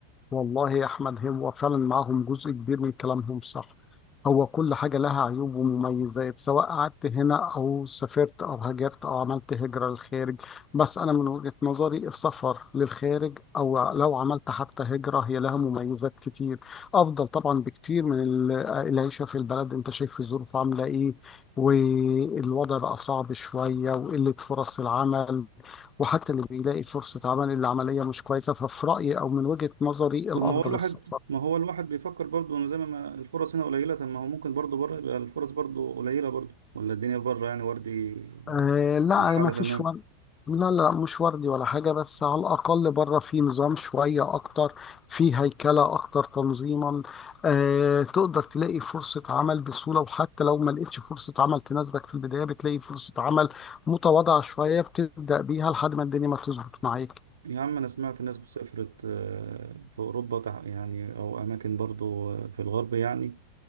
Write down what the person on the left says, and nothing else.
والله يا احمد هو فعلا معاهم جزء كبير من كلامهم صح هو كل حاجه لها عيوب ومميزات سواء قعدت هنا او سافرت او هاجرت او عملت هجره للخارج بس انا من وجهه نظري السفر للخارج او لو عملت حتى هجره هي لها مميزات كتير افضل طبعا بكتير من ال- العيشه في البلد انت شايف الظروف عامله ايه والوضع بقى صعب شويه وقله فرص العمل وحتى اللي بيلاقي فرصة عمل اللي العملية مش كويسة ففي رأيي أو من وجهة نظري
الأفضل
السفر
آه لا
ما فيش
ورد لا لا مش وردي ولا حاجة بس على الأقل بره في نظام شوية أكتر في هيكلة أكتر تنظيما آه تقدر تلاقي فرصة عمل بسهولة وحتى لو ما لقيتش فرصة عمل تناسبك في البداية بتلاقي فرصة عمل متواضعة شوية بتبدأ بيها لحد ما الدنيا ما تظبط معاك